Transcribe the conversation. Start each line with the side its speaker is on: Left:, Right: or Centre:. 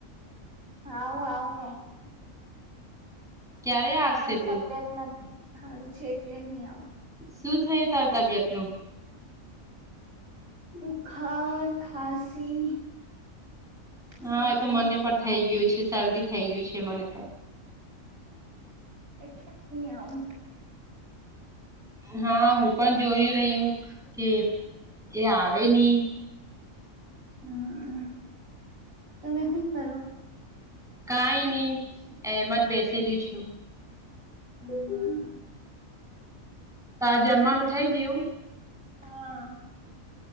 Right: હા હું આવું ને.
Centre: ક્યારે આવશે
Right: મારી
Centre: તું
Right: તબિયત નથી હારું છે, એટલે ની આવુ.
Centre: શું થયું તાર તબિયતને?
Right: બુખાર, ખાંસી.
Centre: હા,
Right: શરદી
Centre: એ તો મને પણ થઈ ગ્યું છે. શરદી થઈ ગ્યું છે મને.
Right: એટલે જ ની આવું.
Centre: હાં, હું પણ જોઈ રહ્યું કે એ આવે ની.
Right: હમ્મ, તમે હું કરો?
Centre: કાંઈ ની, એમજ બેસેલી છું.
Right: <unintelligible>
Centre: તાં જમ્માનું થઈ ગીયુ?
Right: હા.